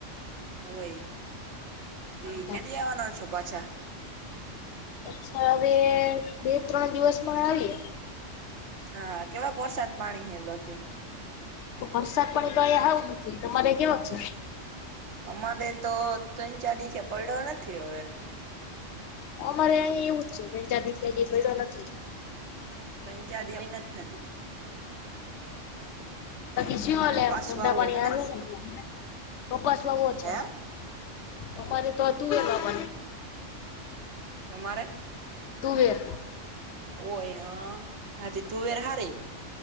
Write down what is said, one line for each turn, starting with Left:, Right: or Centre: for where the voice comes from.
Right: ઓય તેકે
Left: અચ્છા
Right: દી આવવાનો છો પાછા,?
Left: અચ્છા હવે બે ત્રણ દિવસમાં આવીએ.
Right: હા કેવાક વરસાદ પાણી હે બાકી,?
Left: વરસાદ પાણી તોહીયા આવું નથી તમારે કેવા છે,?
Right: અમારે તો ત્રણ -ચાર દિવસ પડ્યો નથી, હવે.
Left: અમારે અહીંયા એવું જ છે, ત્રણ ચાર દિ લા પડો નથી,
Right: ત્રણ -ચારદી અમે નથી થતી,
Left: બાકી શુંલેમ
Right: કપાસ
Left: ધંધા
Right: વાવો
Left: પાણી
Right: હે
Left: હાલે,?
Right: ને
Left: કપાસ વાવો છે,?
Right: હે
Left: અમારે તો હતું એ બાને,
Right: તમારે,
Left: તુવેર,
Right: ઓય હ હાથી તુવેર હારી,